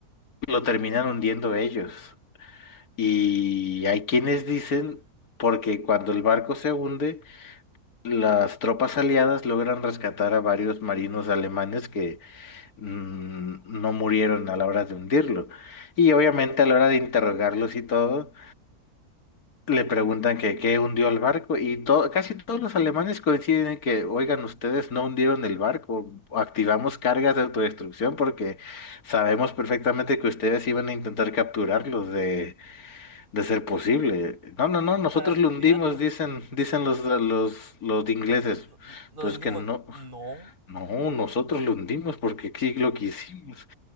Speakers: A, on the left; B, on the right.
A: lo terminan hundiendo ellos. Y hay quienes dicen, porque cuando el barco se hunde, las tropas aliadas logran rescatar a varios marinos alemanes que mm, no murieron a la hora de hundirlo. Y obviamente a la hora de interrogarlos y todo, le preguntan que qué hundió el barco y to- casi todos los alemanes coinciden en que, oigan, ustedes no hundieron el barco, activamos cargas de autodestrucción porque sabemos perfectamente que ustedes iban a intentar capturarlos de, de ser posible. No, no, no, nosotros
B: para estudiarlo.
A: lo hundimos, dicen, dicen los, los, los ingleses.
B: Nos, no- no- nos
A: Pero
B: hundimos.
A: es que no,
B: No.
A: no, nosotros lo hundimos porque aquí lo quisimos.